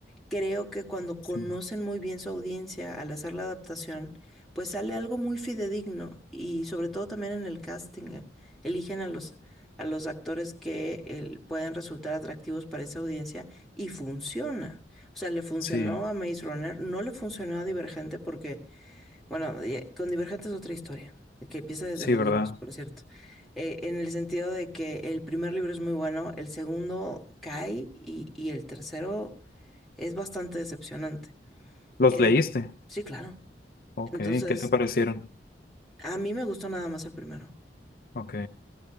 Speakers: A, in the centre; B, on the left.
A: creo que cuando
B: sí,
A: conocen muy bien su audiencia al hacer la adaptación, pues sale algo muy fidedigno y sobre todo también en el casting, eh, eligen a los, a los actores que eh, pueden resultar atractivos para esa audiencia y funciona. O sea, le funcionó
B: sí.
A: a Maze Runner, no le funcionó a Divergente porque bueno, y, eh, con Divergente es otra historia, que empieza desde
B: Sí,
A: los
B: ¿verdad?
A: libros, por cierto. Eh, en el sentido de que el primer libro es muy bueno, el segundo cae y, y el tercero es bastante decepcionante.
B: ¿Los
A: En,
B: leíste?
A: sí, claro.
B: Ok,
A: Entonces,
B: ¿qué te parecieron?
A: a mí me gustó nada más el primero.
B: Ok,